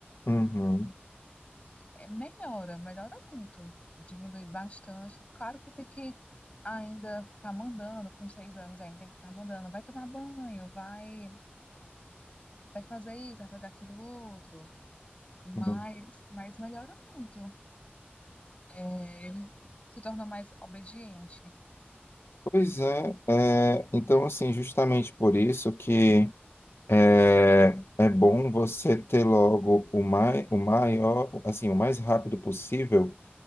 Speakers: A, on the left (about 85°); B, on the left (about 35°).
A: Uhum,
B: é, melhora, melhora muito, diminui bastante. Claro que tem que ainda ficar mandando, com seis anos ainda tem que ficar mandando, vai tomar banho, vai. vai fazer isso, vai fazer aquilo outro, mas,
A: uhum.
B: mas melhora muito. É, ele se torna mais obediente.
A: Pois é, é, então assim, justamente por isso que É, é bom você ter logo o, mai, o maior, assim, o mais rápido possível,